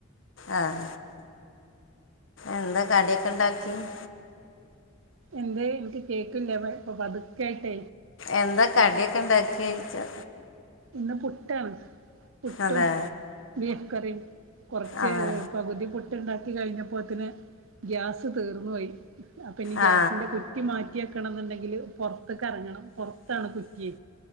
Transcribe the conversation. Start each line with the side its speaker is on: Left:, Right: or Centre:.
Left: ആഹ എന്താ കടിയൊക്കെ ഉണ്ടാക്കണ്
Right: എന്താ എനിക്ക് കേക്കില്ല ഇപ്പൊ പതുകെ ആയിട്ട്
Left: എന്താ കടിയൊക്കെ ഉണ്ടാക്കിയ ചോയിച്ച
Right: ഇന്ന് പുട്ടാണ് പുട്ടും
Left: അതെ
Right: ബീഫ് കറിയും കുറച്ച്
Left: അതെ
Right: പകുതി പുട്ടുണ്ടാക്കി കഴിഞ്ഞപ്പോത്തിന് ഗ്യാസ് തീർന്നു പോയി ഇനി ഗ്യാസിന്റെ
Left: ആ
Right: കുറ്റി മാറ്റാണ് മാറ്റണം എന്നുണ്ടേൽ പുറത്തിക് ഇറങ്ങണം പുറത്ത് ആണ് കുറ്റി